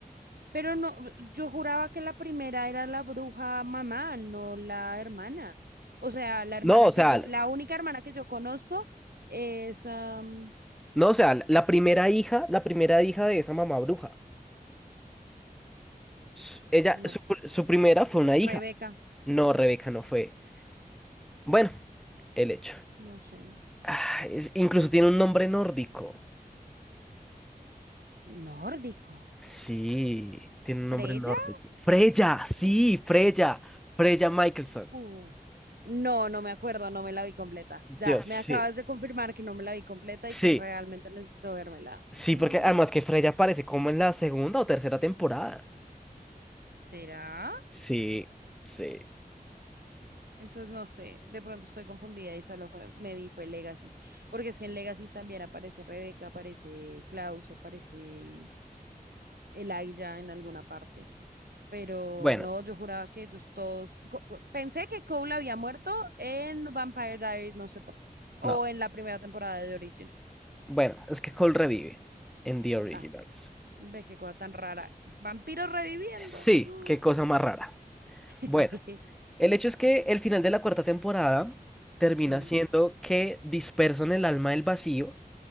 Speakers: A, on the right (about 80°); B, in the centre.
A: Pero no, yo juraba que la primera era la bruja mamá, no la hermana. O sea, la hermana
B: No, o
A: que
B: sea,
A: yo,
B: l-
A: la única hermana que yo conozco es, am,
B: no, o sea, l- la primera hija, la primera hija de esa mamá bruja. S- Ella,
A: no,
B: su, pr- su primera fue una hija.
A: Rebeca,
B: No, Rebeca no fue. Bueno, el hecho.
A: no sé,
B: Ah, es- incluso tiene un nombre nórdico.
A: nórdico.
B: Sí, tiene un
A: ¿Preya?
B: nombre nórdico. Freya, sí, Freya. Freya Michelson.
A: Uf, No, no me acuerdo, no me la vi completa.
B: Dios,
A: Ya, me
B: sí.
A: acabas de confirmar que no me la vi completa
B: Sí.
A: y que realmente necesito vérmela.
B: Sí,
A: Ah,
B: porque además que Freya aparece como en la segunda o tercera temporada.
A: ¿Será?
B: Sí, sí.
A: Entonces, no sé, de pronto estoy confundida y solo fue- me vi fue Legacy. Porque es que en Legacy también aparece Rebeca, aparece Klaus, aparece Elijah en alguna parte. Pero
B: Bueno,
A: no, yo juraba que ellos todos. co- Pensé que Cole había muerto en Vampire Diaries, no sé por qué. O
B: no.
A: en la primera temporada de The Originals.
B: Bueno, es que Cole revive en The Originals.
A: Ah, ve qué cosa tan rara. Vampiros reviviendo.
B: Sí,
A: Mm.
B: qué cosa más rara.
A: <laughs>
B: Bueno, el hecho es que el final de la cuarta temporada termina
A: Mm,
B: siendo que dispersan el alma del vacío